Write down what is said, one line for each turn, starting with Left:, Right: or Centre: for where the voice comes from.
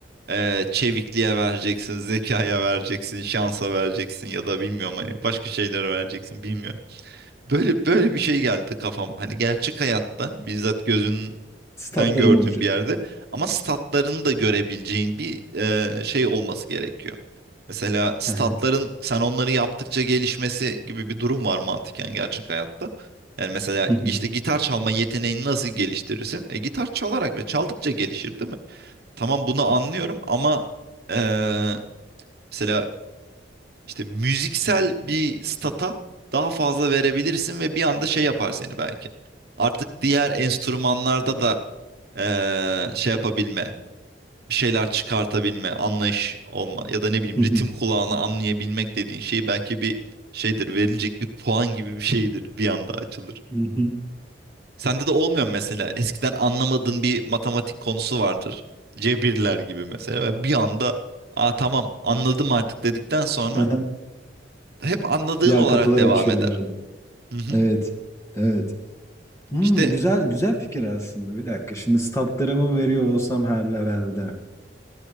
Right: eee, çevikliğe vereceksin, zekaya vereceksin, şansa vereceksin ya da bilmiyorum hani başka şeylere vereceksin bilmiyorum. Böyle böyle bir şey geldi kafam. Hani gerçek hayatta bizzat gözünün
Left: Statlarım
Right: den gördüğüm
Left: olacak.
Right: bir yerde. Ama statlarını da görebileceğin bir e, şey olması gerekiyor. Mesela statların
Left: He he.
Right: sen onları yaptıkça gelişmesi gibi bir durum var mantıken gerçek hayatta. Yani mesela
Left: Hı hı.
Right: işte gitar çalma yeteneğini nasıl geliştirirsin? E, gitar çalarak ve çaldıkça gelişir değil mi? Tamam bunu anlıyorum ama e, mesela işte müziksel bir stata daha fazla verebilirsin ve bir anda şey yapar seni belki. Artık diğer enstrümanlarda da eee, şey yapabilme, bir şeyler çıkartabilme, anlayış olma ya da ne bileyim
Left: Hı hı.
Right: ritim kulağına anlayabilmek dediğin şey belki bir şeydir, verilecek bir puan gibi bir şeydir bir anda açılır.
Left: Hı hı.
Right: Sende de olmuyor mu mesela eskiden anlamadığın bir matematik konusu vardır. Cebirler gibi mesela ve bir anda aa tamam anladım artık dedikten sonra
Left: Hı hı.
Right: hep anladığın
Left: Diğer
Right: olarak
Left: kapılar
Right: devam
Left: açıyor
Right: eder.
Left: bir yerde.
Right: Hı hı.
Left: Evet. Evet. Hımm,
Right: İşte
Left: güzel güzel fikir aslında. Bir dakika, şimdi statlarımı veriyor olsam her level'de,